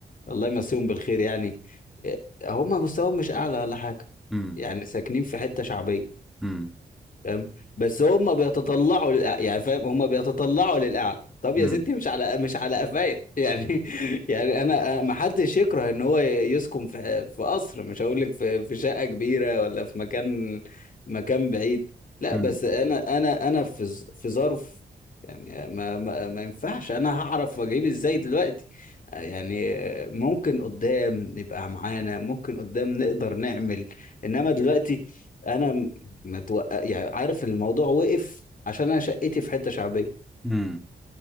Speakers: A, on the left; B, in the centre.
A: الله يمسيهم بالخير يعني آه، هم مستواهم مش اعلى ولا حاجه
B: امم
A: يعني ساكنين في حته شعبيه
B: امم
A: فاهم بس هم بيتطلعوا للأ... يعني فاهم هم بيتطلعوا للاعلى طب
B: امم
A: يا ستي مش على مش على قفايا يعني <laughs> يعني انا ما حدش يكره ان هو يسكن في في قصر مش هقول لك في في شقه كبيره ولا في مكان مكان بعيد لا
B: امم
A: بس انا انا انا في ظ- في ظرف يعني ما ما, ما ينفعش انا هعرف اجيب ازاي دلوقتي يعني ممكن قدام يبقى معانا ممكن قدام نقدر نعمل انما دلوقتي انا ما توقع يعني عارف الموضوع وقف عشان انا شقتي في حته شعبيه
B: امم